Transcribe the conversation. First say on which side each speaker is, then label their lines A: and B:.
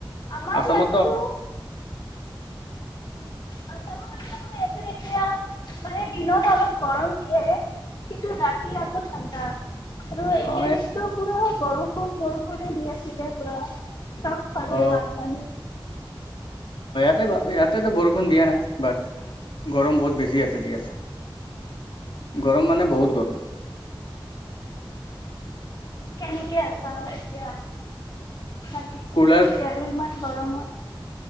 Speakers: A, on the left; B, on the left.
A: আমাৰ
B: আছামতো
A: ইয়াততো আচামৰ ইয়াতে এতিয়া, মানে দিনত অলপ গৰম দিয়ে, কিন্তু ৰাতি আকৌ ঠাণ্ডা। ৰু
B: অ
A: একেদিনটো পু় বৰষুণ, বৰষুণে দি আছিলে পুৰা। চব ফালে
B: অ
A: বানপানী।
B: ই-ইয়াতেটো বৰষুণ দিয়া নাই, বাট, গৰম বহুত বেছি ইয়াতে দি আছে। গৰম মানে বহুত গৰম।
A: কেনেকে আছা আৰু এতিয়া? মান কি
B: কুলাৰ
A: আৰু ইমান গৰমত